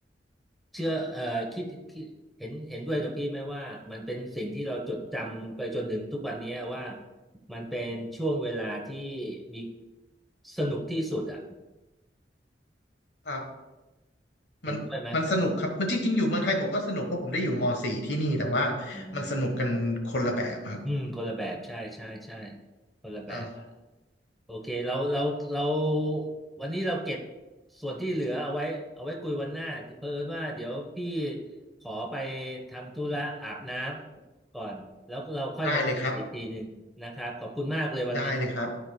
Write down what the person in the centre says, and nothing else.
เชื่อเอ่อคิดคิดเห็นเห็นด้วยกับพี่ไหมว่ามันเป็นสิ่งที่เราจดจำไปจนถึงทุกวันเนี้ยว่ามันเป็นช่วงเวลาที่มีสนุกที่สุดอ่ะ
เห็นด้วยไหม
อืม
อืมคนละแบบใช่ ใช่ใช่คนละแบบ
โอเคเราเราเราวันนี้เราเก็บส่วนที่เหลือเอาไว้เอาไว้คุยวันหน้าเผอิญว่าเดี๋ยวพี่ขอไปทำธุระอาบน้ำก่อนแล้วเราค่อยมาเจอกันอีกทีหนึ่งนะครับขอบคุณมากเลยวันนี้